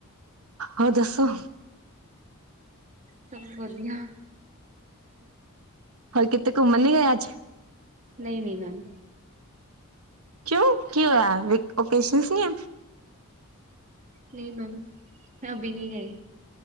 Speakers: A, on the right (about 70°); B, on the right (about 35°).
A: ਹੋਰ ਦੱਸੋ?
B: ਸਭ ਵਧੀਆ
A: ਹੋਰ ਕਿਤੇ ਘੁੰਮਣ ਨੀ ਗਏ ਅੱਜ
B: ਨਹੀਂ ਨਹੀਂ ਮੈਮ
A: ਕਿਉਂ ਕੀ ਹੋਇਆ ਓਕੇਸ਼ਨ ਨੇ
B: ਨਹੀਂ ਮੈਮ ਮੈਂ ਅਭ ਨਹੀਂ ਗਈ